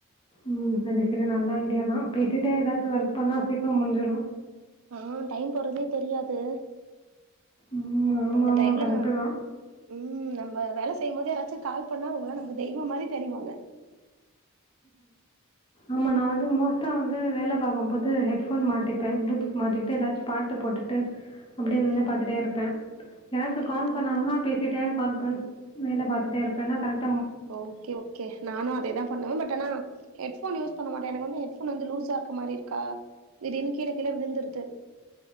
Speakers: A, on the left; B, on the right.
A: உம் சரி செரி நல்ல ஐடியா தா பே சிட்டே எதாச்சு ஒர்க்
B: ம்
A: பண்ணா சீக்ரொம் முஞ்சுரூ
B: ஆ டைம் போறதே தெரியாது
A: ம் ஆமா
B: அந்த டைம்ல
A: ஆமா கரெக்ட்
B: நம்ம
A: தான்
B: உம் நம்ம வேல செய்யும்போது யாராச்சு கால் பண்ணா அவுங்களா நமக்கு தெய்வொம்மாரி தெரிவாங்க
A: ஆமா நா வந்து மோஸ்ட்டா வந்து வேல பாக்கும் போது ஹெட்போன் மாட்டிப்பே ப்ளூடூத் மாட்டிட்டு எதாச்சு பாட்டு போட்டுட்டு அப்டே வேல
B: ம்
A: பாத்துட்டே
B: ம்
A: இருப்பே யாராச்சு
B: ரைட்
A: கால்
B: ரைட்டு
A: பண்ணாங்கன்னா பேசிட்டே கால் பல் வேல பாத்துட்டே இருப்பேன்னா கரக்ட
B: ஓக்கே ஒக்கே நானு அதேதா பண்ணுவ பட் டெனா ஹெட்ஃபோன் யூஸ் பண்ண மாட்டே எனக்கு வந்து ஹெட்போன் வந்து லூஸாருக்க மாரி இருக்கா திடீர்னு கீழ கீழ விழுந்துர்து